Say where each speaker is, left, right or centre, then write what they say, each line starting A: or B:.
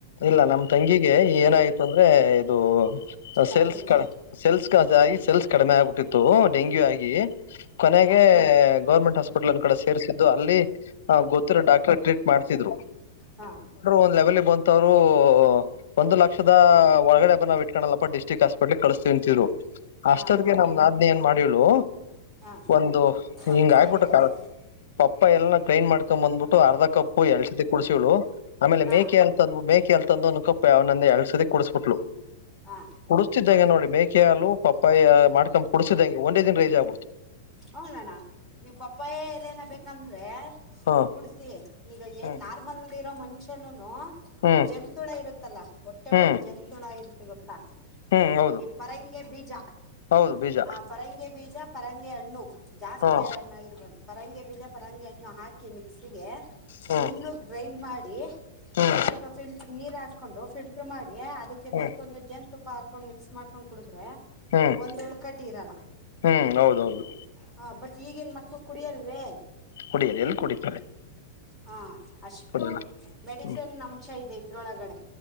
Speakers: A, on the left; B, in the centre.
A: ಇಲ್ಲ ನಮ ತಂಗಿಗೆ ಏನಾಯ್ತು ಅಂದ್ರೆ ಇದು
B: ಚಿಕನ್
A: ಸೇಲ್ಸ್
B: ಗುನಿಯಾ
A: ಕ ಸೆಲ್ಸ್ ಕಾಸ್ ಆಗಿ ಸೆಲ್ಸ್ ಕಡಿಮೆ ಆಗ್ಬಿಟ್ಟಿತ್ತು ಡೆಂಗ್ಯೂ ಆಗಿ ಕೊನೆಗೆ
B: ಹಾ
A: ಗೌರ್ಮೆಂಟ್ ಹಾಸ್ಪಿಟ್ಲ್ನ್ ಕಡೆ ಸೇರ್ರಿಸಿದ್ದು ಅಲ್ಲಿ ಹ ಗೊತ್ತಿರೋ ಡಾಕ್ಟರ್ ಟ್ರೀಟ್ ಮಾಡ್ಸಿದ್ರು
B: ಹಾ
A: ಒಂದ್ ಲೆವೆಲ್ ಬಂತವ್ರು ಒಂದು ಲಕ್ಷದ ಒಳಗಡೆ ಬನ ಕಣಲಪ್ಪ ಡಿಸ್ಟ್ರಿಕ್ಟ್ ಹಾಸ್ಪಿಟ್ಲ್ಗ ಕಳಿಸ್ತವಿಂತಿದ್ರು ಅಷ್ಟೊತ್ಗೆ
B: ಹಾ ಹಾ
A: ನಮ್ ನಾದ್ ಏನ್ ಮಾಡಿಳು
B: ಹಾ
A: ಒಂದು
B: ಪಪ್ಪಾಯ
A: ಹಿಂಗ ಆಗ್ಬಿಟ್ಟಕ್ಕ
B: ಎಲೆ
A: ಪಪ್ಪ ಎಲ್ಲ ಗ್ರೈಂಡ್ ಮಾಡ್ಕೊಂಡ್ ಬಂದ್ಬಿಟ್ಟು ಅರ್ಧ ಕಪ್ಪು ಎಳಸತಿ ಕುಡಸಳು ಆಮೇಲೆ
B: ಹಾ
A: ಮೇಕೆ ಎ ತಂದ ಮೇಕೆ ಎಲ್ತಂದಂದುಕಪ್ಪ ಅವನಂದ ಎಳ್ಸದ ಕ ಕುಡಸ್ಬಿಟ್ಲು
B: ಹಾ
A: ಕುಡಸ್ಸಿದ್ದಂಗೆ ನೋಡಿ ಮೇಕೆ ಹಾ ಪಪ್ಪಾಯ ಮಾಡ್ಕೊಂಡ್ ಕುಡಸಿದಂಗೆ ಒಂದೇ ದಿನ ರಜ ಆಗುದು
B: ಹೌದ ಅಣ್ಣ ನೀವು ಪಪ್ಪಾಯ ಎಲ್ಲನ ಬೇಕಂದ್ರೆ
A: ಹ
B: ಕುಡ್ತೀ ಈಗ ಏನ್
A: ಹ್ಮ್
B: ನಾರ್ಮಲ್ ಇರೋ ಮನುಷ್ಯನುನು
A: ಹ್ಮ್
B: ಜಂತುಳ ಇರುತ್ತಲ್ಲಾ ಹೊಟ್ಟೆೊಳಗೆ
A: ಹ್ಮ್
B: ಜಂತುಳ ಇರುತ್ತೆ ಗೊತ್ತಾ
A: ಹ್ಮ್ ಹೌದು
B: ಈ ಪೇಂಗೆ ಬಿಜಾ
A: ಹೌದು ಬೀಜ
B: ಆ ಪರಂಗಿ ಬೀಜ ಪರಂಗಿ ಹಣ್ಣು ಜಾಸ್ತಿ
A: ಹ್ಮ
B: ಹಣ್ಣಗಿರ್ಬಾರ್ದು ಪರಂಗಿ ಬೀಜ ಪರಂಗಿ ಹಣ್ಣು ಹಾಕಿ ಮಿಕ್ಸಿಗೆ
A: ಹ್ಮ್
B: ನುಣ್ಣಗೆ ಗ್ರೈಂಡ್ ಮಾಡಿ
A: ಹ್ಮ್
B: ಸ್ವಲ್ಪ ನೀರ್ ಹಾಕೊಂಡು ಫಿಲ್ಟರ್ ಮಾಡಿ ಅದ
A: ಹ್ಮ್
B: ಬೇಕು ಒಂದ ಜನ ತುಪ್ಪ ಹಾಕೊಂಡ್ ಮಿಕ್ಸ್ ಮಾಡ್ಕೊಂಡ್ ಕುಡಿದ್ರೆ
A: ಹ್ಮ್
B: ಒಂದ ಉಳ್ಕಡ್ಡಿ ಇರಲ್ಲ
A: ಹ್ಮ್ ಹೌದೌದು.
B: ಹಾ ಬಟ್ ಈಗಿನ್ ಮಕ್ಳು ಕುಡಿಯಲ್ವೇ.
A: ಕುಡಿಯದ ಎಲ್ಲಿ ಕುಡಿತಾರೆ?
B: ಹಾ ಅಷ್ಟು
A: ಕುಡಿಯಲ್ಲ
B: ಮೆಡಿಸಿನ್
A: ಹ್ಮ್
B: ಅಂಶ ಇದೆ ಇದ್ರೊಳಗಡೆ.